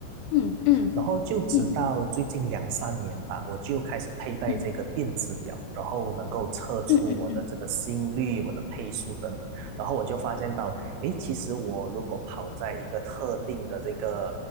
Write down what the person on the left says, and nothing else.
嗯嗯嗯嗯
嗯
嗯嗯